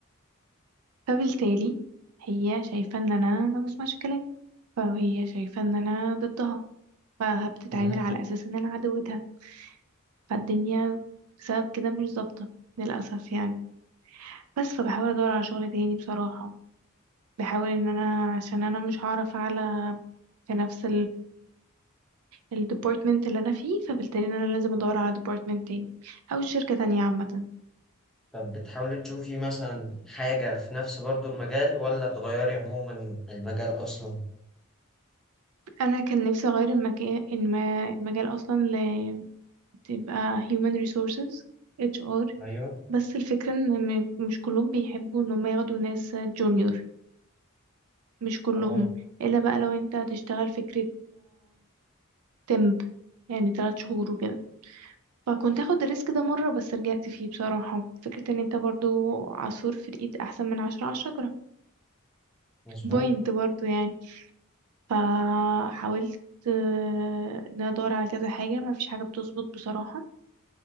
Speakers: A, on the right; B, in the centre.
A: فبالتالي هي شايفة إن أنا ما بسمعش كلام فهي شايفة إن أنا ضدها فبتتعامل
B: مم.
A: على أساس إن أنا عدوتها فالدنيا بسبب كده مش ظابطة للأسف يعني بس فبحاول أدور على شغل تاني بصراحة بحاول إن أنا عشان أنا مش هعرف أعلى في نفس الديبارتمنت اللي انا فيه فبالتالي إن انا لازم ادور على ديبارتمنت تاني او شركة تانية عامة
B: طب بتحاولي تشوفي مثلا حاجة في نفس برضو المجال ولا تغيري عموما المجال أصلا؟
A: انا كان نفسي اغير المكان الم... المجال اصلا ل- تبقى human resources HR
B: ايوه
A: بس الفكرة ان م- مش كلهم بيحبوا ان هم ياخدوا ناس جونيور مش كلهم
B: اه
A: الا بقى لو انت هتشتغل فكرة تمب يعني ثلاث شهور وكده فكنت هاخد الريسك ده مرة بس رجعت فيه بصراحة فكرة ان انت برضو عصفور في الايد احسن من عشرة على الشجرة
B: مظبوط
A: <laughs> بوينت برضو يعني فحاولت آه، ان انا ادور على كذا حاجه ما فيش حاجه بتظبط بصراحه